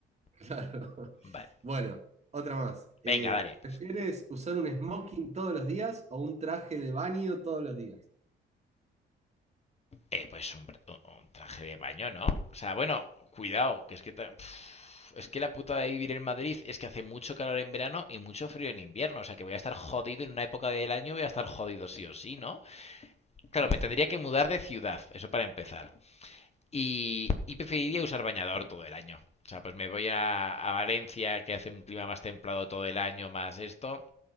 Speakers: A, on the right; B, on the left.
A: Claro. <laughs>
B: Vale,
A: Bueno, otra más. Eh,
B: venga, dale.
A: ¿prefieres usar un smoking todos los días o un traje de baño todos los días?
B: Eh, pues un, un traje de baño, ¿no? O sea, bueno, cuidado, que es que... ta- pf, es que la puta de vivir en Madrid es que hace mucho calor en verano y mucho frío en invierno. O sea, que voy a estar jodido en una época del año, voy a estar jodido sí o sí, ¿no? Claro,
A: Claro,
B: me tendría que mudar de ciudad, eso para empezar. Y, y preferiría usar bañador todo el año. O sea, pues me voy a, a Valencia, que hace un clima más templado todo el año, más esto